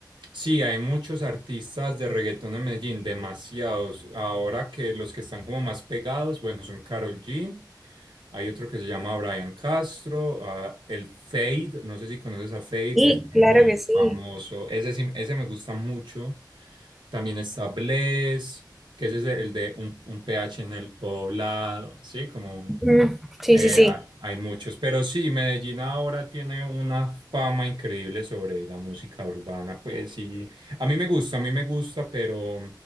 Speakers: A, on the right; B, in the centre.
A: sí, hay muchos artistas de reggaetón en Medellín, demasiados. Ahora que los que están como más pegados, bueno, son Karol G, hay otro que se llama Brian Castro, ah, el Fade, no sé si conoces a Fade,
B: Sí,
A: es muy
B: claro que sí.
A: famoso, ese, sí- ese me gusta mucho. También está Bless, que ese es el de un, un PH en el poblado, sí, como...
B: Ujú. Sí,
A: Eh,
B: sí, sí.
A: ha- hay muchos, pero sí, Medellín ahora tiene una fama increíble sobre la música urbana, pues sí, a mí me gusta, a mí me gusta, pero